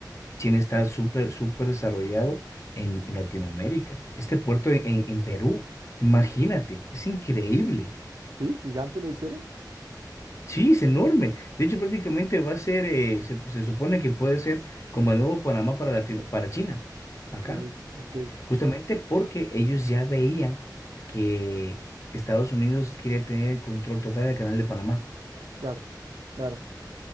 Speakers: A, on the left; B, on the right.
A: China está súper, súper desarrollado en en Latinoamérica. Este puerto en, en- en Perú, imagínate, es increíble.
B: ¿Sí? ¿Gigante lo hicieron?
A: Sí, es enorme. De hecho, prácticamente va a ser, eh, se, se supone que puede ser como el nuevo Panamá para Latino- para China,
B: Ok,
A: acá.
B: ok,
A: Justamente porque ellos ya veían que Estados Unidos quiere tener el control total del canal de Panamá.
B: claro. Claro.